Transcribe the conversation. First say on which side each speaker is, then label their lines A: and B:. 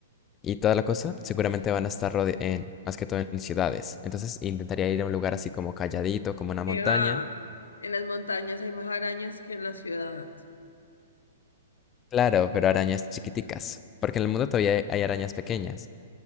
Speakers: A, on the left; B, on the left.
A: y toda la cosa, seguramente van a estar rode- en, más que todo en ciudades. Entonces intentaría ir a un lugar así como calladito, como una montaña.
B: Que va, en las montañas hay más arañas que en la ciudad.
A: Claro, pero arañas chiquiticas, porque en el mundo todavía hay, hay arañas pequeñas.